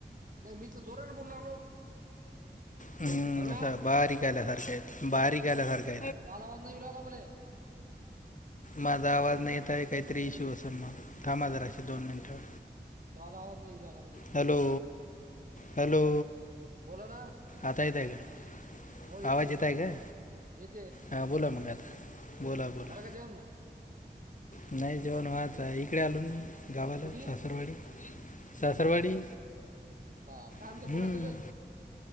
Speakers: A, on the right (about 50°); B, on the left (about 45°).
A: नाही मी तर जोराने बोलू लागलो.
B: हम्म
A: हॅलो
B: बारीक आल्यासारख्या बारीक आल्यासारखे
A: तो आला आवाज नाही मले.
B: माझा आवाज नाही येत आहे काहीतरी इश्यू असेल मग, थांबा जश दोन मिनिटवर
A: तु आला आवाज नाही येऊ राहिला.
B: हॅलो! हॅलो!
A: बोला ना
B: आता येत आहे. का
A: हो येते
B: आवाज येत आहे का
A: येते,
B: हां बोला मग आता, बोला
A: हा
B: बोला
A: होरग जेवमु.
B: नाही जेवण व्हायचं आहे. इकडे आलून मी गावाला
A: कुठे
B: सासरवाडी, सासरवाडी
A: बा काय
B: हम्म.
A: म्हते पोरच बेत,